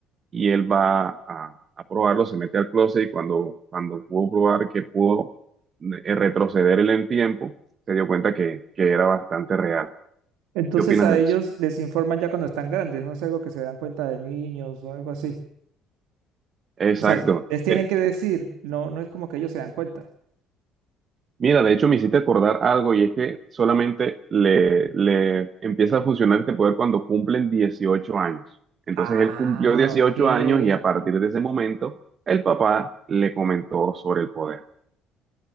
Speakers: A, on the right; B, on the right.
A: y él va a, a probarlo, se mete al closet y cuando, cuando pudo probar que pudo eh, retroceder en el tiempo, se dio cuenta que, que era bastante real.
B: Entonces
A: ¿Qué opinas
B: a
A: de
B: ellos
A: eso?
B: les informan ya cuando están grandes, no es algo que se dan cuenta de niños o algo así.
A: Exacto.
B: O sea, les tienen
A: E-
B: que decir, no, no es como que ellos se dan cuenta.
A: Mira, de hecho me hiciste acordar algo y es que solamente le, le empieza a funcionar este poder cuando cumplen 18 años. Entonces
B: Ah,
A: él cumplió 18
B: ok.
A: años y a partir de ese momento el papá le comentó sobre el poder.